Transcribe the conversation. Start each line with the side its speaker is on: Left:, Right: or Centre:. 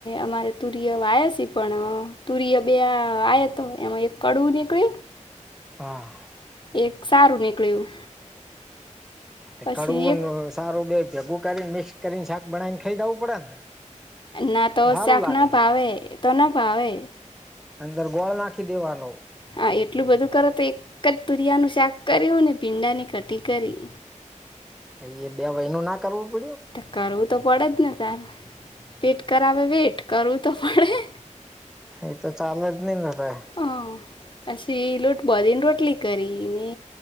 Left: અમારે તુર્ય વાયાસે પણ તુર્ય બે આય <inaudible> તો એમાં એક કડવું નીકળ્યું
Centre: હા.
Left: એક સારું નીકળ્યું.
Centre: તે
Left: પછી
Centre: કડવું
Left: એક
Centre: નુ સારું બેગ્કે, ભૂકાની મિક્સ કરીને શાક બનાવીને ખાઈ જવું પડે ને?
Left: ના તો
Centre: સારું
Left: શાક
Centre: લાગે
Left: ના ભાવે તો ના ભાવે.
Centre: અંદર ગોળ નાખી દેવાનો.
Left: હા એટલું બધું કરો તો એક જ તુરિયાનું શાક કર્યું અને ભીંડાની કટી કરી.
Centre: પઇ એ બે વય નુ ના કરવું. પડ્યું
Left: કરવું તો પડે જ ને તાર પેટ કરાવે વેટ કરવું તો પણણે.
Centre: એ તો ચાલ જ નહી ર તો.
Left: હા પછી લોટ બધીને રોટલી કરી,